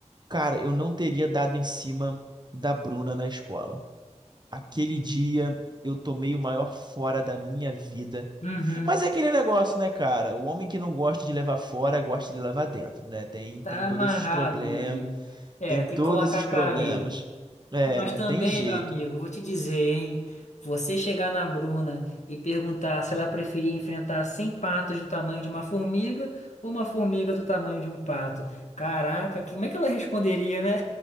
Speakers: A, on the right; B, on the left.
A: Cara, eu não teria dado em cima da Bruna na escola. Aquele dia eu tomei o maior fora da minha vida.
B: uhum.
A: Mas é aquele negócio, né, cara? O homem que não gosta de levar fora, gosta de levar dentro, né? Tem,
B: Tá
A: tem
B: amarrado,
A: todos esses problemas,
B: meu amigo. É,
A: tem
B: tem
A: todos
B: que colocar
A: esses
B: a cara
A: problemas.
B: mesmo.
A: É,
B: Mas
A: não
B: também,
A: tem jeito.
B: meu amigo, vou te dizer, hein? Você chegar na Bruna e perguntar se ela preferia enfrentar 100 patos do tamanho de uma formiga ou uma formiga do tamanho de um pato. Caraca, que- como é que ela responderia, né?